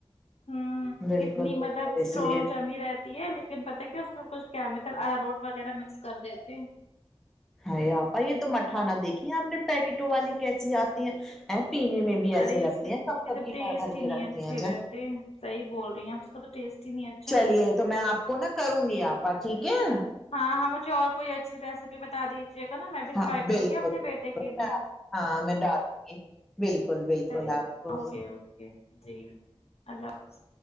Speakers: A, on the left (about 80°); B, in the centre.
A: ہوں
B: بالکل
A: اتنی
B: بالکل
A: مطلب اسٹرانگ
B: اس لیے
A: جم رہ تی لیکن پتا کیا اس میں کچھ کیمیکل اراروٹ وغیرہ مکس کر دیتے
B: ہ آپائی یہ تو مٹھانا دیکھی ہے آپ نے پیکٹوں والی کیسی آتی ہیں ہیں، پینے میں بھی ایسے
A: ارے
B: لگتی
A: اس کے
B: ہیں کب کب
A: توھر
B: کی
A: ٹیسٹ
B: بھر بھر
A: ہی
B: کے
A: نہیں
B: رکھتے
A: اچھے
B: ہیں جب
A: رہتے صحیح بول رہی ہیں اس کو تو ٹسٹ ہی نہیں اچھا لگ
B: چا لیے تو میں آپ کو نا کروں گی آپا ٹھیک ہے
A: ہاں ہاں مجھے اور کوئی اچھی ریسیپی بھی بتا دیجیے گا نا میں بھی
B: ہاں
A: ٹرائی
B: بالکل
A: کروں گی اپنے
B: بالکل
A: بیٹے کے لیے
B: میں آپ- ہاں میں ڈالوں گی بالکل بالکل
A: چالیے
B: آپ کو
A: اوکے اوکے جی اللہ حافظ